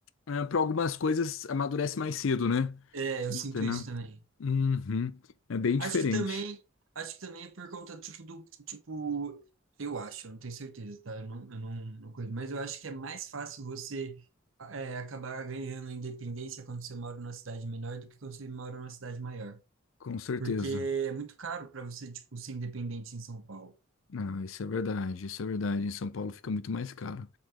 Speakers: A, on the left; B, on the right.
A: para algumas coisas amadurece mais cedo, né?
B: é, eu
A: Entendeu?
B: sinto isso também.
A: Uhum. É bem diferente,
B: Acho que também, acho que também é por conta, tipo, do, tipo, eu acho, eu não tenho certeza, tá? Eu não, eu não, não cuido, mas eu acho que é mais fácil você é, acabar ganhando independência quando você mora numa cidade menor do que quando você mora numa cidade maior.
A: com certeza.
B: Porque é muito caro para você, tipo, ser independente em São Paulo.
A: Não, isso é verdade, isso é verdade. Em São Paulo fica muito mais caro,